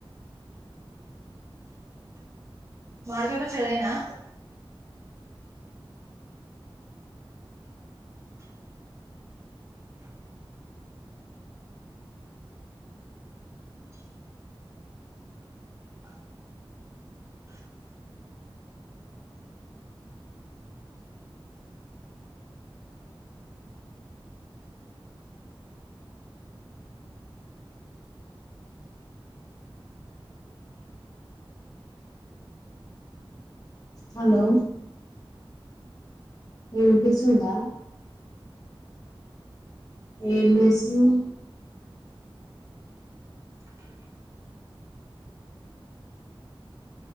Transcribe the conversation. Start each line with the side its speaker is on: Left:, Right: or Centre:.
Right: చింతకాయ పచ్చడి ఏనా
Left: హలో ఏనుపిస్తుందా ఏంచేస్తునావ